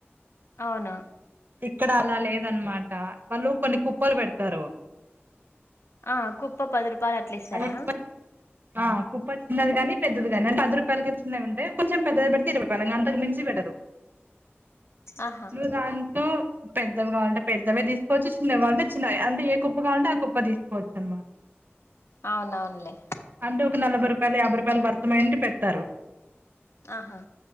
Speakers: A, on the left; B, on the right.
A: అవును
B: ఇక్కడ అలా లేదనమాట వాళ్ళు కొన్ని కుప్పలు పెడతారు.
A: ఆ కుప్ప పది రూపాయలు అట్లా ఇస్తారా?
B: అవి ఆ కుప్ప చిన్నది గాని, పెద్దది
A: ఆహా
B: గాని అన్ అది రూపాయలకి చిన్నవి ఉండే కొంచెం పెద్దది బట్టి తిరువాపాలనన్ అంతకు మించి వెడరు
A: ఆహా,
B: నువ్వు దాంతో పెద్దవిగా ఉంట పెద్దవి తీసుకోవచ్చు, చిన్నవి కాంటే చిన్నవి అంటే ఏ కుప్ప కావాలంటే ఆ కుప్ప తీసుకోవచ్చు అనమాట.
A: అవునవునులే
B: అంటే ఒక నలభై రూపాయలు, యాభై రూపాయలు వర్తం అయండి పెడతారు.
A: ఆహా